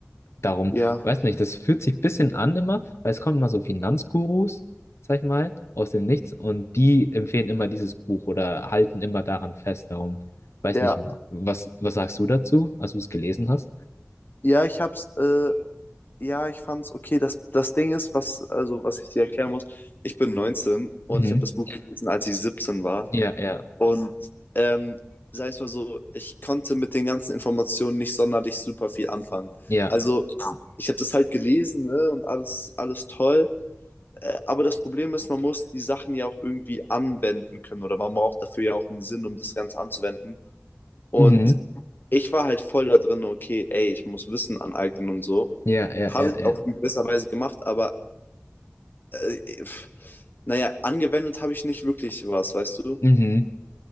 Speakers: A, on the left; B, on the left.
A: darum,
B: Ja,
A: weiß nicht, das fühlt sich ein bisschen an immer, weil es kommen immer so Finanzgurus, sag ich mal, aus dem Nichts und die empfehlen immer dieses Buch oder halten immer daran fest, darum, weiß
B: ja,
A: nicht, was, was sagst du dazu, als du es gelesen hast?
B: ja, ich hab's, äh, ja, ich fand's okay. Das, das Ding ist, was, also, was ich dir erklären muss, ich bin 19 und
A: Mhm.
B: ich habe das Buch gelesen, als ich 17 war.
A: Ja, ja.
B: Und, ähm, sag ich mal so, ich konnte mit den ganzen Informationen nicht sonderlich super viel anfangen.
A: Ja.
B: Also, ich habe das halt gelesen, ne, und alles, alles toll. Äh, aber das Problem ist, man muss die Sachen ja auch irgendwie anwenden können oder man braucht dafür ja auch einen Sinn, um das Ganze anzuwenden. Und
A: Mhm.
B: ich war halt voll da drin, okay, ey, ich muss Wissen aneignen und so.
A: Ja, ja,
B: Habe
A: ja,
B: ich
A: ja.
B: auch in gewisser Weise gemacht, aber äh, pff, naja, angewendet habe ich nicht wirklich was, weißt du?
A: Mhm.